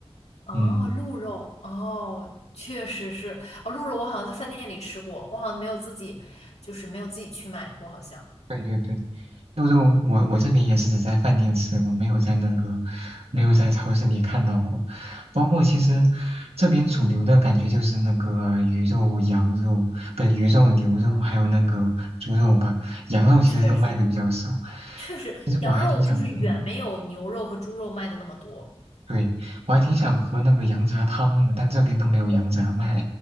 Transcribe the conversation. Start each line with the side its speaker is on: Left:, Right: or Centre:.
Left: 哦，
Right: 嗯，
Left: 鹿肉，哦，确实是，哦，鹿肉我好像在饭店里吃过，我好像没有自己，就是没有自己去买过，好像
Right: 对对对，鹿肉我我这边也是只在饭店吃过，没有在那个没有在超市里看到过。包括其实这边主流的感觉就是那个鱼肉、羊肉，不是鱼肉、牛肉，还有那个猪肉吧。羊肉其实都卖的比较少。
Left: 确实是，确实羊肉就是远没有牛肉和猪肉卖的那么多。
Right: 其实我还挺想，嗯，对，我还挺想喝那个羊杂汤的，但这边都没有羊杂卖。
Left: 哦，